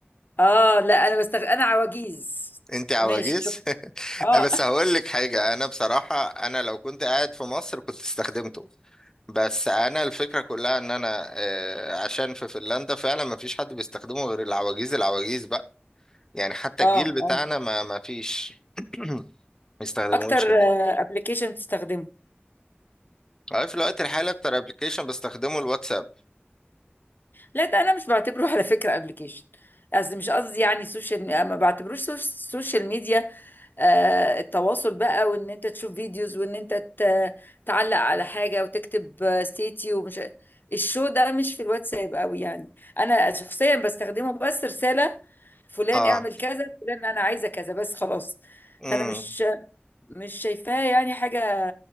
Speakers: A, on the left (about 55°); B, on the left (about 15°).
A: اه لا انا بستغ... انا عواجيز
B: انت عواجيز
A: ماشي شوف.
B: <laughs>
A: اه
B: لا، بس هقول لك حاجه انا بصراحه انا لو كنت قاعد في مصر كنت استخدمته بس انا الفكره كلها ان انا آه، عشان في فنلندا فعلا ما فيش حد بيستخدمه غير العواجيز العواجيز بقى يعني حتى الجيل
A: اه
B: بتاعنا
A: اه
B: ما ما فيش <clears throat> ما يستخدموش
A: اكتر
B: هناك
A: ابلكيشن بتستخدمه
B: أنا في الوقت الحالي اكتر ابلكيشن بستخدمه الواتساب
A: لا ده انا مش بعتبره على فكره ابلكيشن قصدي مش قصدي يعني سوشيال مي- ما بعتبروش سوش- سوشيال ميديا آه التواصل بقى وان انت تشوف فيديوز وان انت ت- تعلق على حاجه وتكتب آه، ستيتي ومش الشو ده مش في الواتساب قوي يعني انا شخصيا بستخدمه بس رساله فلان
B: اه
A: اعمل كذا فلان انا عايزه كذا بس خلاص
B: امم
A: فانا مش مش شايفاها يعني حاجه